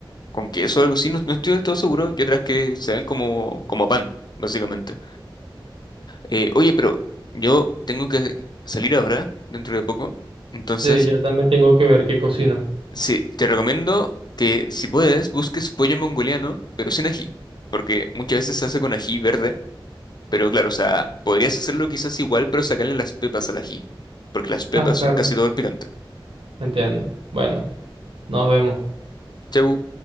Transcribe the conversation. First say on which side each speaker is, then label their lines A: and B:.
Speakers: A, on the left; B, on the right.
A: con queso o algo así, no, no estoy del todo seguro. Y otras que se dan como, como pan, básicamente. Eh, oye, pero yo tengo que salir ahora, dentro de poco. Entonces,
B: Sí, yo también tengo que ver qué cocino.
A: sí, te recomiendo que si puedes, busques pollo mongoliano, pero sin ají. Porque muchas veces se hace con ají verde. Pero claro, o sea, podrías hacerlo quizás igual, pero sacarle las pepas al ají. Porque las pepas
B: Ah, claro,
A: son casi todo el picante.
B: entiendo. Bueno, nos vemos.
A: Chau.